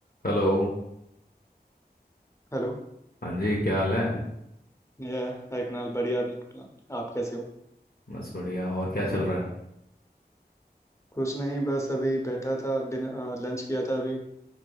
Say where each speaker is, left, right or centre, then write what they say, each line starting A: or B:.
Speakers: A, on the left; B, on the left.
A: Hello
B: Hello
A: हाँ जी क्या हाल है
B: ये hi Kunal बढ़िया बिल्कुल आप कैसे हो
A: बस बढ़िया और क्या चल रहा है
B: कुछ नहीं बस अभी बैठा था डिनर लंच किया था अभी